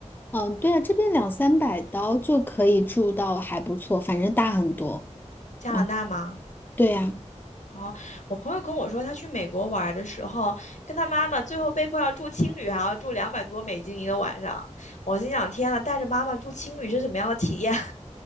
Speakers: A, on the left; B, on the left.
A: 嗯，对啊，这边两三百刀就可以住到还不错，反正大很多。
B: 加拿大吗？
A: 然后，对呀，
B: 哦，我朋友跟我说，他去美国玩的时候，跟他妈妈最后被迫要住青旅，还要住两百多美金一个晚上。我心想，天呐，带着妈妈住青旅是什么样的体验？